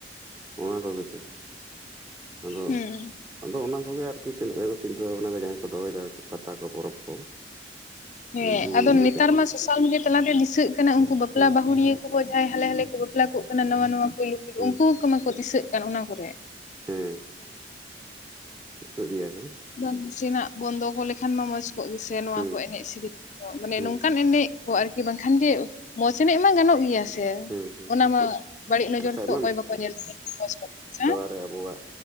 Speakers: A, on the right; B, on the left.
A: ᱟᱫᱚ ᱚᱱᱟ ᱠᱚᱜᱮ ᱥᱮ᱾ ᱟᱫᱚ
B: ᱦᱩᱸ
A: ᱟᱫᱚ ᱚᱱᱟ ᱠᱚᱜᱮ ᱟᱨᱠᱤ ᱛᱤᱱᱟᱹᱜ ᱡᱮᱠᱚ ᱪᱤᱱᱛᱟᱹ ᱵᱷᱟᱵᱱᱟ ᱫᱟ ᱡᱟᱦᱟᱸᱭ ᱠᱚ ᱫᱚᱦᱚᱭᱮᱫᱟ ᱯᱟᱛᱟ ᱠᱚ ᱯᱚᱨᱚᱵᱽ ᱠᱚ᱾
B: ᱦᱮᱸ
A: ᱩᱱᱠᱩ
B: ᱟᱫᱚ
A: ᱤᱭᱟᱹ
B: ᱱᱮᱛᱟᱨ
A: ᱛᱮᱜᱮ
B: ᱢᱟ ᱥᱚᱥ ᱥᱳᱥᱟᱞ ᱢᱤᱰᱤᱭᱟ ᱛᱟᱞᱟᱛᱮ ᱫᱤᱥᱟᱹᱜ ᱠᱟᱱᱟ ᱩᱱᱠᱩ ᱵᱟᱯᱞᱟ
A: ᱦᱮᱸ
B: ᱵᱟᱹᱦᱩᱲᱤᱭᱟᱹ ᱠᱚᱠᱚ ᱡᱟᱦᱟᱸᱭ ᱦᱟᱞᱮ ᱦᱟᱞᱮ ᱠᱚ ᱵᱟᱯᱞᱟ ᱠᱚᱜ ᱠᱟᱱᱟ, ᱱᱟᱣᱟ ᱱᱟᱣᱟ ᱯᱩᱭᱞᱳ
A: ᱦᱮᱸ
B: ᱩᱱᱠᱩ ᱠᱚ ᱢᱟᱠᱚ ᱫᱤᱥᱟᱹᱜ ᱠᱟᱱ ᱚᱱᱟ ᱠᱚᱨᱮ᱾
A: ᱦᱮᱸ᱾ ᱫᱤᱥᱟᱹᱜ ᱜᱤᱭᱟ ᱠᱚ᱾
B: ᱵᱟᱝ ᱱᱟᱥᱮᱱᱟᱜ ᱵᱚᱱ ᱫᱚᱦᱚ ᱞᱮᱠᱷᱟᱱ ᱢᱟ ᱢᱚᱸᱡᱽ ᱠᱚᱜ ᱜᱮᱥᱮ ᱱᱚᱣᱟ
A: ᱦᱩᱸ
B: ᱠᱚ ᱮᱱᱮᱡ ᱥᱮᱨᱮᱧ ᱫᱚ᱾ ᱢᱟᱱᱮ
A: ᱦᱩᱸ
B: ᱱᱚᱝᱠᱟᱱ ᱮᱱᱮᱡ ᱚ ᱟᱨᱠᱤ ᱵᱟᱝᱠᱷᱟᱱ ᱡᱮ ᱢᱚᱡᱽ ᱮᱱᱮᱡ ᱢᱟ ᱜᱟᱱᱚᱜ ᱜᱮᱭᱟ ᱥᱮ᱾ ᱥᱮ
A: ᱦᱩᱸ ᱦᱩᱸ
B: ᱚᱱᱟ
A: ᱦᱩᱸ
B: ᱢᱟ ᱵᱟᱹᱲᱤᱡ ᱱᱚᱡᱚᱨ
A: ᱵᱟᱠᱷᱟᱡ
B: ᱛᱮᱫᱚ ᱚᱠᱚᱭ ᱵᱟᱠᱚ ᱧᱮᱞ ᱠᱚᱣᱟ ᱦᱮᱸ ᱥᱮ᱾
A: ᱥᱮ ᱟᱵᱚᱣᱟᱜ